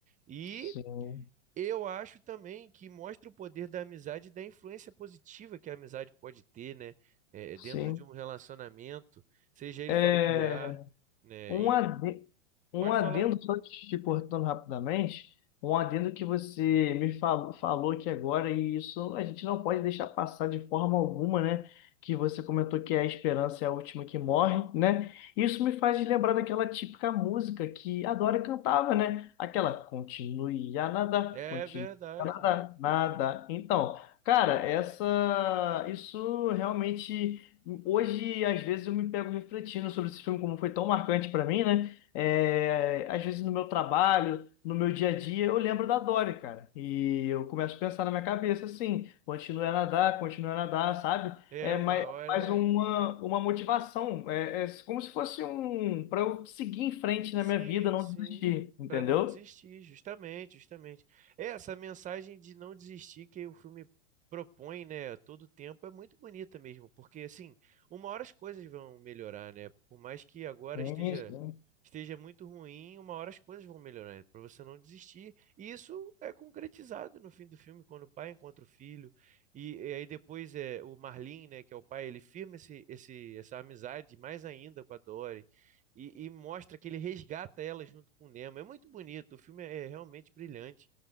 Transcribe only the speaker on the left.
Sim,
sim.
é
Um
adendo, um
adendo,
só te cortando rapidamente, um adendo que você me falou, falou aqui agora, e isso a gente não pode deixar passar de forma alguma, né? Que você comentou que é a esperança é a última que morre, né? Isso me faz lembrar daquela típica música que a Dora cantava, né? Aquela continue a nadar,
continue
a nadar, nada. Então, cara, essa, isso realmente. Hoje, às vezes, eu me pego refletindo sobre esse filme, como foi tão marcante para mim, né? É, às vezes, no meu trabalho, no meu dia a dia, eu lembro da Dory, cara. E eu começo a pensar na minha cabeça assim: continue a nadar, continue a nadar, sabe?
É
mais,
mais uma, uma motivação. É, é como se fosse um. para eu seguir em frente
na minha vida, não
desistir, entendeu?
Sim,
sim,